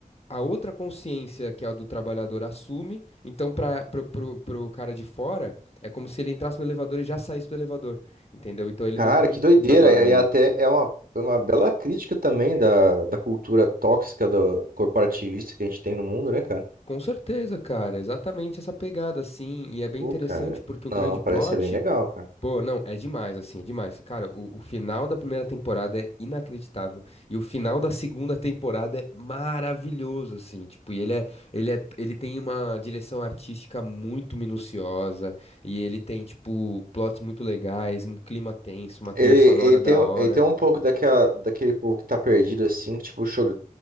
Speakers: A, on the left (about 45°); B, on the right (about 80°).
A: a outra consciência, que é a do trabalhador, assume. Então, para pro, pro, pro cara de fora, é como se ele entrasse no elevador e já saísse do elevador, entendeu? Então, ele
B: Cara,
A: não vive
B: que doideira.
A: o trabalho
B: E
A: ali.
B: e até é uma, é uma bela crítica também da, da cultura tóxica do corporativista que a gente tem no mundo, né, cara?
A: Com certeza, cara, exatamente essa pegada, assim. E é bem
B: Pô,
A: interessante
B: cara.
A: porque o
B: Não,
A: grande
B: parece
A: plot
B: ser bem legal, cara.
A: Pô, não, é demais, assim, é demais. Cara, o, o final da primeira temporada é inacreditável. E o final da segunda temporada é maravilhoso, assim. Tipo, e ele é, ele é, ele tem uma direção artística muito minuciosa. E ele tem, tipo, plots muito legais, um clima tenso, uma
B: Ele,
A: trilha sonora
B: ele tem,
A: da hora.
B: ele tem um pouco daquela, daquele povo que tá perdido, assim, que, tipo, choro